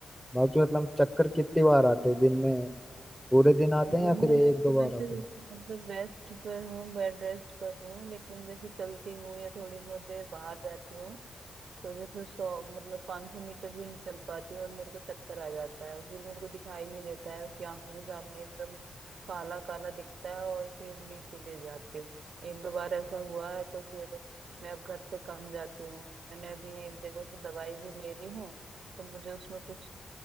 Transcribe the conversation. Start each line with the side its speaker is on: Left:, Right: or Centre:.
Centre: बाकी मतलब चक्कर कितनी बार आते हैं दिन में पूरे दिन
Right: दिन
Centre: आते हैं या फिर
Right: में
Centre: एक
Right: मैं तो
Centre: दो
Right: वैसे
Centre: बार आते हैं
Right: मतलब रेस्ट पर हूँ बेड रेस्ट पर हूँ लेकिन जैसे चलती हूँ या थोड़ी बहुत देर बाहर जाती हूँ तो जैसे सौ मतलब पाँच सौ मीटर भी नहीं चल पाती और मेरे को चक्कर आ जाता है फिर मेरे को दिखाई नहीं देता है कि आंखों के सामने एकदम काला काला दिखता है और फिर नीचे गिर जाती हूँ एक दो बार ऐसा हुआ है तो फिर मैं अब घर से कम जाती हूँ मैंने अभी एक जगह से दवाई भी ले रही हूँ तो मुझे उसमें कुछ